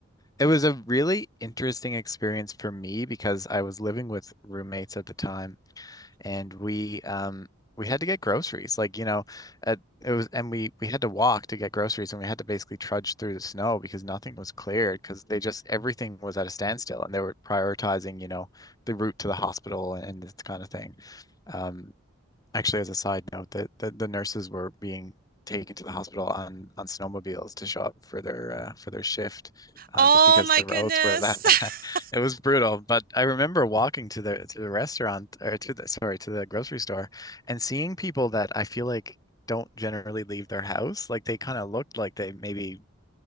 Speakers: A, on the left; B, on the right.
A: it was a really interesting experience for me because I was living with roommates at the time and we um we had to get groceries. Like, you know, at, it was and we we had to walk to get groceries and we had to basically trudge through the snow because nothing was cleared because they just everything was at a standstill and they were prioritizing, you know, the route to the hospital and this kind of thing. Um, Actually, as a side note, that the, the nurses were being taken to the hospital on on snowmobiles to show up for their uh, for their shift, uh,
B: Oh
A: just because
B: my
A: the
B: goodness.
A: roads were that bad. <laughs>
B: <laughs>
A: It was brutal. But I remember walking to the to the restaurant or to the sorry to the grocery store and seeing people that I feel like don't generally leave their house. Like they kind of looked like they maybe